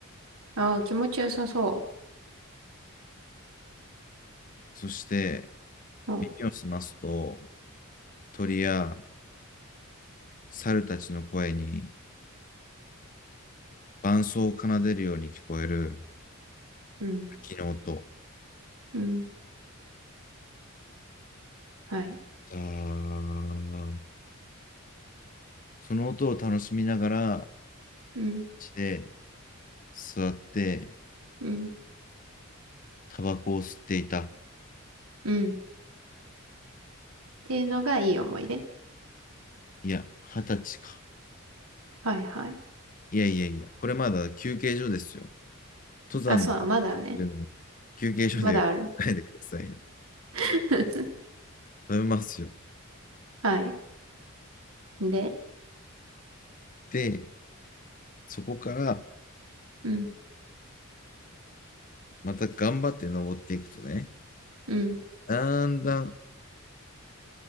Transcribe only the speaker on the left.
そして
耳を澄ますと鳥や猿たちの声に伴奏を奏でるように聞こえる
滝の音。
ザーその音を楽しみながら、
して座って
タバコを吸っていた。
いや、二十歳か。
いやいやいや、これまだ休憩所ですよ。登山の話してるのに休憩所で呼ばないでくださいよ。
食べますよ。
で、そこから
また頑張って登っていくとね、
だんだん